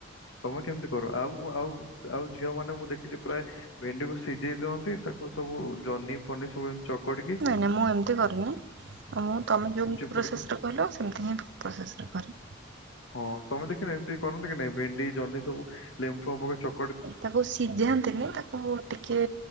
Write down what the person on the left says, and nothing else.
ତମେ କେମିତି କର ଆଉ ଆଉ ଆଉ ଝିଅ ମାନ ମୁଁ ଦେଖିଛି ପ୍ରାୟ। ଭେଣ୍ଡିକୁ ସିଝେଇ ଦିଅନ୍ତି ତାକୁ ସବୁ ଜହ୍ନି ଫନି ସବୁ ଏମିତି ଚକଡିକି।
ଚିପୁଡିକି
ହଁ ତମ ଦେଖିନ ଏମିତି କରନ୍ତି କି ନାଇ ଭେଣ୍ଡି ଜହ୍ନି ସବୁ ଲେମ୍ବୁ ଲେମ୍ବୁ ପକେଇ କି ଚ